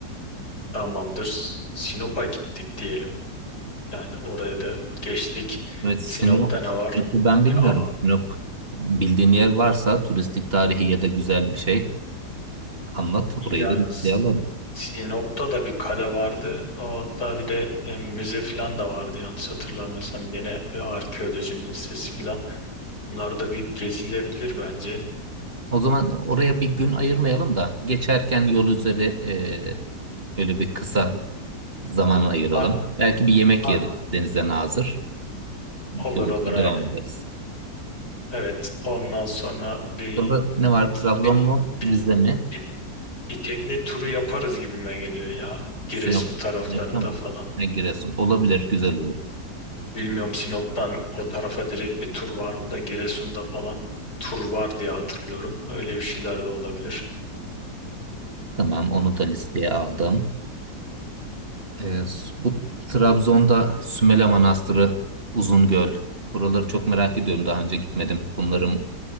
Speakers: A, on the left; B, on the right.
A: Tamamdır. Sinop'a gittik diyelim. Yani oraya da geçtik.
B: Evet Sinop,
A: Sinop'ta ne var?
B: Sinop'u ben bilmiyorum.
A: Bir
B: Sinop bildiğin yer varsa turistik tarihi ya da güzel bir şey anlat. Orayı
A: Ya
B: da listeleyelim.
A: S- Sinop'ta da bir kale vardı. Hatta bir de e, müze falan da vardı yanlış hatırlamıyorsam. Gene ve arkeoloji müzesi falan. Bunlar da bir gezilebilir bence.
B: O zaman oraya bir gün ayırmayalım da geçerken yol üzeri e, öyle bir kısa zaman ayıralım.
A: Ha,
B: Belki bir yemek
A: ha,
B: yeriz denize nazır.
A: olur
B: Yolumuza
A: olur aynen.
B: devam ederiz.
A: Evet ondan sonra bir
B: Sonra ne var?
A: bir,
B: Trabzon
A: bir,
B: mu?
A: bir,
B: Rize mi?
A: bir- bir tekne turu yaparız gibime geliyor ya. Giresun
B: Sinop,
A: taraflarında
B: Sinop'ta mı?
A: falan.
B: Ne Giresun. Olabilir, güzel olur.
A: Bilmiyorum Sinop'tan o tarafa direkt bir tur var mı da Giresun'da falan tur var diye hatırlıyorum. Öyle bir şeyler de olabilir.
B: Tamam, onu da listeye aldım. Ee, bu Trabzon'da Sümele Manastırı, Uzungöl. Buraları çok merak ediyorum. Daha önce gitmedim. Bunların